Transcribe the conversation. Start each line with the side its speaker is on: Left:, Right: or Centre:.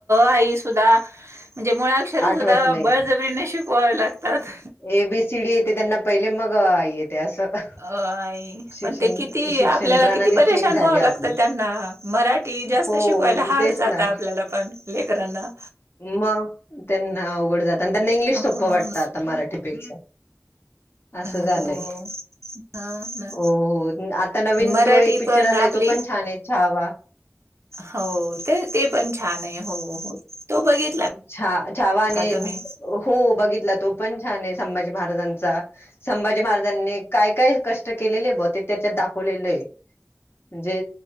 Right: आई सुधा म्हणजे मुळाक्षर
Left: आठवत
Right: सुद्धा
Left: नाही
Right: बळजबरीने शिकवावे लागतात
Left: ए बीसीडी येते त्यांना पहिले मग येते असं
Right: अई
Left: शिक्षण
Right: पण ते किती
Left: शिक्षण
Right: आपल्याला
Left: प्रणाली
Right: किती परेशान
Left: चेंज झाली
Right: व्हावं लागतं
Left: आपली
Right: त्यांना मराठी जास्त
Left: हो
Right: शिकवायला हार्ड
Left: तेच
Right: जात
Left: ना
Right: आपल्याला पण लेकरांना
Left: मग त्यांना अवघड जात आणि त्यांना इंग्लिश
Right: हो
Left: सोप्पं वाटतं
Right: ना
Left: आता मराठीपेक्षा असं
Right: हो
Left: झालंय
Right: हा ना
Left: हो आता नवीन
Right: मराठी
Left: तो एक पिक्चर
Right: पण
Left: आलाय
Right: आपली
Left: तो पण छान आहे छहावा
Right: हो ते ते पण छान आहे हो हो तो बघितला
Left: छ जावानी
Right: का तुम्ही
Left: हो बघितला तो पण छान आहे संभाजी महाराजांचा संभाजी महाराजांनी काय काय कष्ट केलेले आहे ब ते त्याच्यात दाखवलेलं आहे म्हणजे